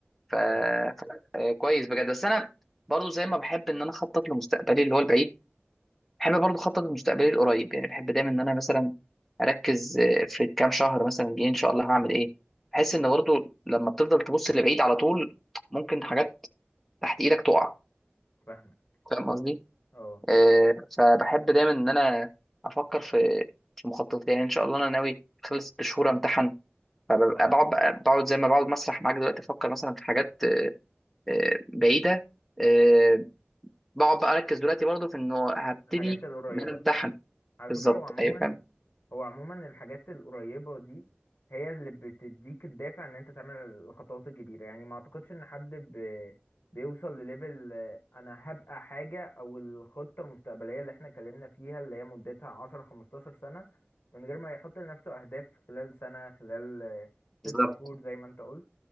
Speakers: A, on the left; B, in the centre.
A: اه
B: ف... ف... آه، كويس بجد بس انا برضو زي ما بحب ان انا اخطط لمستقبلي اللي هو البعيد بحب برضو اخطط لمستقبلي القريب يعني بحب دايما ان انا مثلا اركز آه، في كام شهر مثلا جاي ان شاء الله هعمل ايه بحس ان برضو لما بتفضل تبص لبعيد على طول ممكن حاجات تحت ايدك تقع
A: فاهمك
B: فاهم قصدي
A: اه
B: آه، فبحب دايما ان انا افكر في في مخططات يعني ان شاء الله انا ناوي خلال ست شهور امتحن فببقى
A: اه
B: بقعد بقى- بقعد زي ما بقعد مسرح معاك دلوقتي افكر مثلا في حاجات آه، بعيده آه، بقعد بقى اركز دلوقتي برضه في انه هبتدي
A: الحاجات القريبه
B: ان انا امتحن
A: على
B: بالظبط
A: فكرة هو عموما
B: ايوه فاهم
A: هو عموما الحاجات القريبة دي هي اللي بتديك الدافع ان انت تعمل الخطوات الكبيرة يعني ما اعتقدش ان حد ب... بيوصل لليفل آه، انا هبقى حاجة او الخطة المستقبلية اللي احنا اتكلمنا فيها اللي هي مدتها عشرة خمستاشر سنة من غير ما يحط لنفسه اهداف خلال سنة خلال آه،
B: بالظبط
A: ست شهور زي ما انت قلت